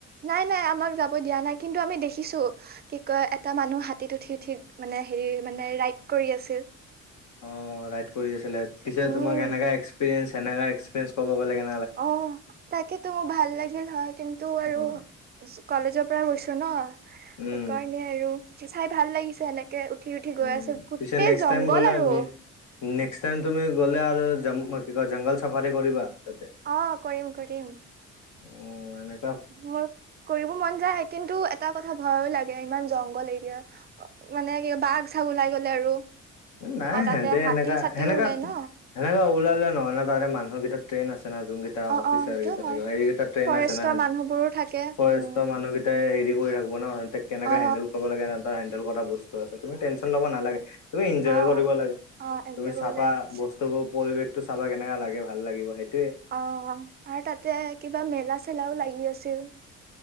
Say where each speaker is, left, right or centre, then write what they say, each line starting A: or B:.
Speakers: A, on the right (about 35°); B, on the left (about 70°).
A: নাই নাই আমাক যাব দিয়া নাই কিন্তু আমি দেখিছো কি কয় এটা মানুহ হাতীত উঠি উঠি মানে হেৰি মানে ৰাইদ কৰি আচিল
B: অ ৰাইড কৰি আছিলে পিছে
A: উম
B: তোমাক সেনেকা এক্সপিৰিয়েঞ্চ সেনে এক্সপিৰিয়েঞ্চ কবাব লাগে
A: অ তাকেতো মোৰ ভাল লাগিল হয় কিন্তু আৰু
B: অ
A: কলেজৰ পৰা গৈছো ন সেইকাৰণেই
B: উম
A: আৰু চাই ভাল লাগিছে এেনেকে উঠি উঠি গৈ
B: উম
A: আছে গোটেই
B: পিছে নেক্সট
A: জংঘল
B: টাইম গ'লে
A: আৰু
B: আমি নেক্সট টাইম তুমি গ'লে আৰু কি কয় জংঘল চাফাৰী কৰিবা তাতে
A: অ কৰিম কৰিম
B: অ এনে
A: মোৰ কৰিব মন যায় কিন্তু এটা কথা ভয় লাগে ইমান জংঘল এৰিয়া মানে কি বাঘ চাগ ওলাই গ'লে আৰু
B: নাই
A: আৰু তাতে
B: সেতে
A: হাতী
B: সেনেকা
A: চাতিও
B: সেনেকা
A: ওলাই ন
B: সেনেকা ওলালে নহয় ন তাৰে মানুহৰ কেইটা ট্ৰেইন আছে। যুনকেইটা
A: অ
B: অফিচাৰ
A: অ সেইটো
B: সেইকিতা
A: হয়
B: থাকে সেইকেইটা ট্ৰেইন
A: ফৰেষ্টৰ
B: আছে না
A: মানুহবোৰো থাকে
B: ফৰেষ্টৰ
A: উম
B: মানুহকেইটাই হ কৰি ৰাখিব ন কেনেকে
A: অ
B: হেন্দেল কৰিব লাগে হেণ্ডেল কৰা বস্তু আছে তুমি টেনচন ল'ব নালাগে তুমি এনজয়
A: অ
B: কৰিব লাগে
A: অ এনজয়
B: তুমি
A: কৰিব
B: চাফা
A: লাগে
B: বস্তুবোৰ পৰিৱেশত চাবা কেনেকা লাগে ভাল লাগিব সেইটো
A: অ আৰু তাতে কিবা মেলা চেলাও লাগি আছিল